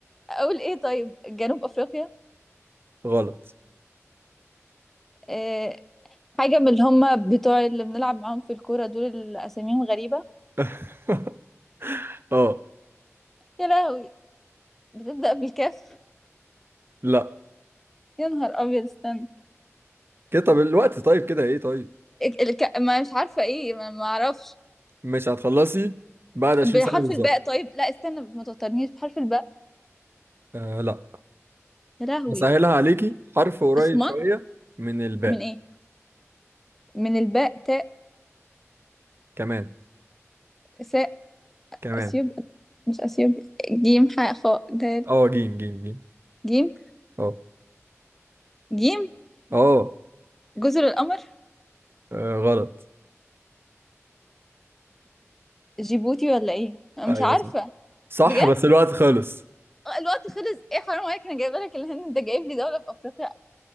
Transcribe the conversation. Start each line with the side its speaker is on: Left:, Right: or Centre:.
Centre: اقول ايه طيب جنوب افريقيا
Right: غلط
Centre: آه حاجه من اللي هم بتوع اللي بنلعب معاهم في الكوره دول اللي اساميهم غريبه
Right: <laughs> اه
Centre: يا لهوي بتبدا بالكاف
Right: لا
Centre: يا نهار ابيض استنى
Right: كده طب الوقت طيب كده ايه طيب
Centre: الك... ما مش عارفه ايه ما ما اعرفش
Right: مش هتخلصي بعد عشرين
Centre: بحرف
Right: ثانية بالظبط
Centre: الباء طيب لا استنى ما توترنيش بحرف الباء
Right: آه لا
Centre: يا لهوي
Right: بسهلها عليكي حرف قريب
Centre: الصومال
Right: شوية من الباء
Centre: من ايه من الباء تاء
Right: كمان
Centre: ساء
Right: كمان
Centre: اثيوب مش اثيوب جيم حاء خاء دال
Right: اه جيم جيم جيم
Centre: جيم
Right: اه
Centre: جيم
Right: اه
Centre: جزر القمر
Right: آه، غلط
Centre: جيبوتي ولا ايه أنا
Right: ايوه
Centre: مش عارفه
Right: صح صح
Centre: بجد
Right: بس الوقت خلص
Centre: آه، الوقت خلص ايه حرام عليك انا جايبه لك الهند انت جايب لي دوله في افريقيا